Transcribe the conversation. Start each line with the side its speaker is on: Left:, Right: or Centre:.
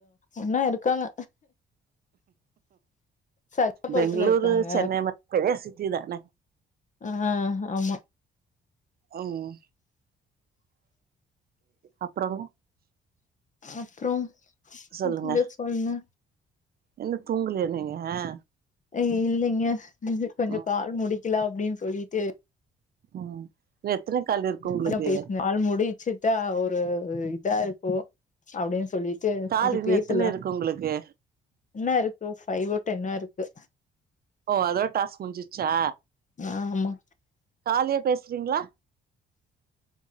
Left: இன்னு இருக்காங்க சகலாபுரத்துல
Right: பெங்ளூரு
Left: இருக்காங்க
Right: சென்னை <inaudible> பெரிய சிட்டிதான
Left: அ ஆமா
Right: ம் அப்றோ
Left: அப்றோம்
Right: சொல்லுங்க
Left: நீங்க சொல்லுங்க
Right: இன்னு தூங்கலையா நீங்க
Left: ஐயோ இல்லைங்க இன்னும் கொஞ்சோ
Right: ம்
Left: கால் முடிக்கலாம் அப்டின் சொல்லிட்டு
Right: உம் இன்னு எத்தன கால் இருக்கு உங்களுக்கு
Left: அதா பேசுனே கால் முடி ச்சிட்டா ஒரு இதா இருக்கும் அப்டின் சொல்லிட்டு
Right: கால்
Left: சரி
Right: இன்னு
Left: பேசலா
Right: எத்தன இருக்கு உங்களுக்கு
Left: என்ன இருக்கு ஃபைவ் டென்னா இருக்கு
Right: ஓ அதோட டாஸ்க் முடிஞ்சிச்சா
Left: ஆமா
Right: காலியா பேசுறீங்களா